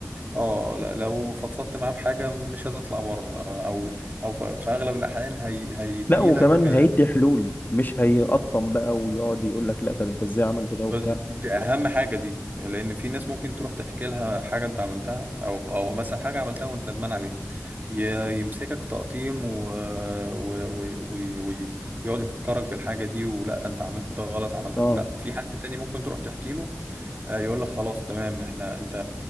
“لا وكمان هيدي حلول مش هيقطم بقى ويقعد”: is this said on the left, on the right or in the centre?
Left